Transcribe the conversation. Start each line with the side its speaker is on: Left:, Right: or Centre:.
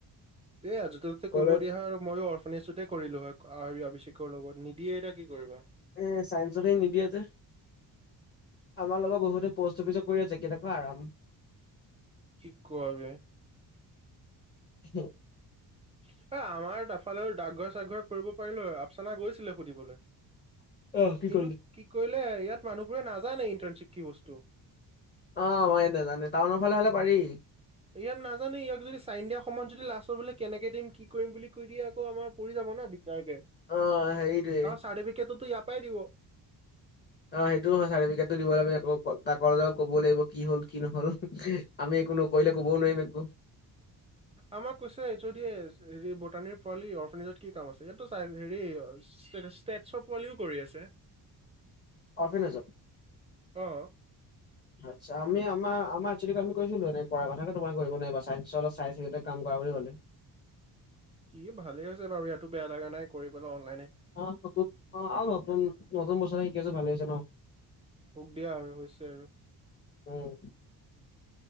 Right: এ আজ ততে
Left: কলেজ
Right: কৰিব দিয়া হ আৰু ময়ো অৰ্ফনেজটোতে কৰিলো হয় আৰি অভিষেকৰ লগত নিদিয়ে এতিয়া কি কৰিবা
Left: এ চাইন্ঞ্চকে নিদিয়ে যে আমাৰ লগত বহুত পষ্ট অফিচত কৰি আছে কেনেকা আৰাম
Right: কি কয় <unintelligible>
Left: হয়।
Right: এ আমাৰ এফালে ডাকঘৰ চাগঘৰ কৰিব পাৰিলো হয় আফচানা গৈছিলে সুধিবলৈ
Left: অ' কি
Right: কিন্তু
Left: কৰিলে?
Right: কি কৰিলে ইয়াত মানুহবোৰে নাজানে ইণ্টাৰ্ণশ্বিপ কি বস্তু
Left: অ মই নাজানো টাউনৰ ফালে হলে পাৰি
Right: ইয়াত নাজানে ইয়াক যদি চাই দিয়া সময়ত যদি লাষ্টত বোলে কেনেকে দিম কি কৰিম বুলি কৈ দিয়ে আকৌ আমাৰ পৰি যাব না কাৰণ
Left: অ' হেৰিটোৱে।
Right: চাৰ্টিফিকেটো ইয়াৰ পৰাই দিব
Left: অ সেইটো হয় চাৰ্টিফিকেটটো দিব লাগিব তাক ক'ব লাগিব কি হল কি নহল আমি একো নকৰিলে কবও নোৱাৰিম একো
Right: আমাক কৈছে এই যদি হেৰি বুটানীৰ পোৱালি অ জত কি কাম আছে ইয়াতো চাই হেৰি ষ্টেট শ পোৱালিও কৰি আছে
Left: অফনেজত
Right: অ
Left: আছা আমি আমাৰ আমাৰ আমি কৰিছিলো এনে কৰা কথাকে তোমাৰ কৰিব নোৱাৰিবা অল চাই চিতে কাম কৰা বুলি ক'লে
Right: কি ভালে হৈছে বাৰু ইয়াতো বেয়া লগা নাই কৰি পেলাই অন
Left: অ, নতুন অ আৰু নতুন নতুন বছৰে শিকি আছেো ভালে হৈছে ন
Right: হোক দিয়া আৰু হৈছে আৰু
Left: উম